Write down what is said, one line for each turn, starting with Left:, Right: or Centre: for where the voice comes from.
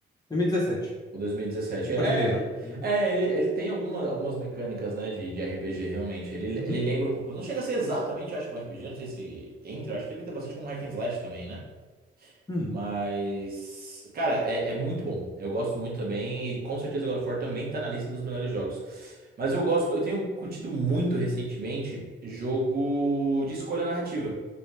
Left: 2017.
Right: O 2017.
Left: O primeiro.
Right: É,
Left: Uhum.
Right: é ele, ele tem alguma, algumas mecânicas, né, de, de RPG, realmente. Ele,
Left: Uhum.
Right: ele lembra um pouco. Não chega a ser exatamente, eu acho, que um RPG, não sei se entra. eu Acho que ele entra bastante como hack and slash também, né?
Left: Hum.
Right: Mas, cara, é, é muito bom. Eu gosto muito também. E com certeza God of War também tá na lista dos melhores jogos. Mas eu gosto, eu tenho curtido muito recentemente jogo de escolha narrativa.